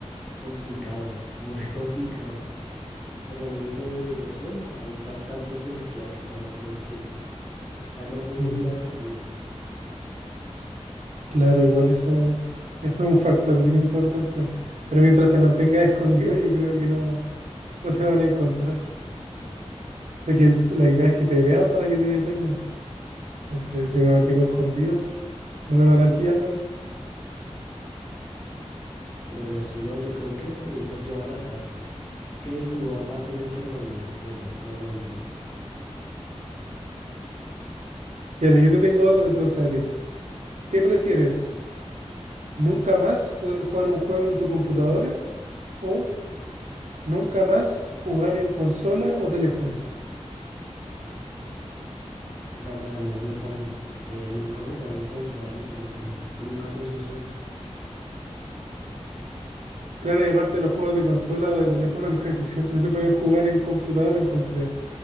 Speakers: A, in the centre; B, on the right.
A: complicado, muy <laughs> complicado. Por lo menos de donde yo soy, hay bastante policía que pasa todo el tiempo. O sea, no podría
B: Mm,
A: salir.
B: claro, igual eso es, es un factor bien importante, pero mientras te mantengas escondido, yo creo que no, no te van a encontrar, porque el- la idea es que te vean para que te detengan. Entonces, si me mantengo escondido... No me van a pillar, ¿no?
A: Bueno, si no, yo creo que también ser llevado a la cárcel. Es que desnudo aparte me enfermaría. No, no aguanto.
B: Y yo te tengo otra entonces a ti. ¿Qué prefieres? ¿Nunca más poder jugar un juego en tu computadora o nunca más jugar en consola o teléfono?
A: No, para mí es muy fácil. Eh, nunca jugaré en consola ni teléfono. Nunca los uso.
B: Claro, y aparte los juegos de consola o de teléfono <laughs> casi siempre se pueden jugar en computadora, entonces